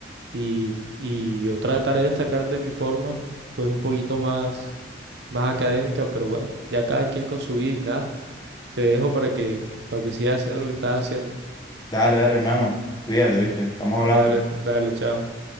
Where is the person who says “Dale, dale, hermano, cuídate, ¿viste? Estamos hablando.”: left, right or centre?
Left